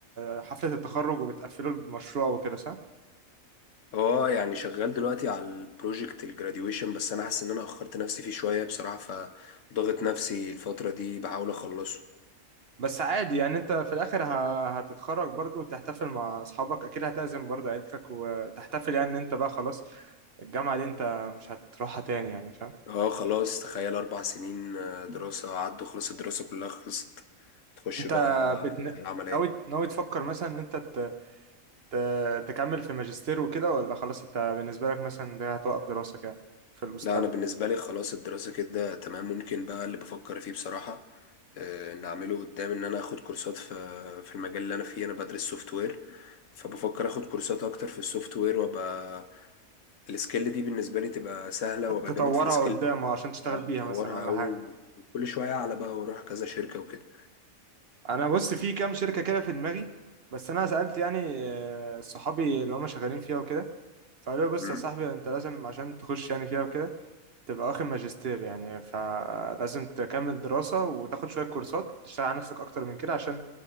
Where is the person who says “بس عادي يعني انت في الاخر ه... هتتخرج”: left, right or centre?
Right